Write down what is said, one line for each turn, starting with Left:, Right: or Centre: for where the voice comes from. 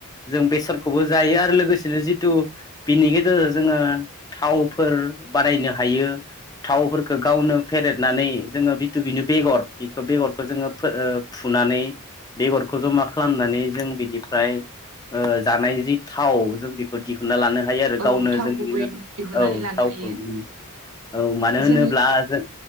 Left: जों बेसरखौबो जायो आरो लोगोसेनो जिथु बिनि गेजेर जों जोङो थावफोर बानायनो हायो। थावफोरखौ गावनो फेरेेदनानै जोङो बिथु बिनि बेगर बेखौ बेगरखो जोङो फो ओ फु नानै बेगरखौ जमा खालामनानै जों बिनिफ्राय ओ जानाय जि थाव जों बेखौ दिहुनना लानो हायो आरो
Right: औ
Left: गावनो
Right: थाव
Left: जोंनि
Right: गुबै दिहुननानै
Left: औ
Right: लानो
Left: थावखौ
Right: हायो
Left: औ मानो होनोब्ला
Right: जोङो
Left: जों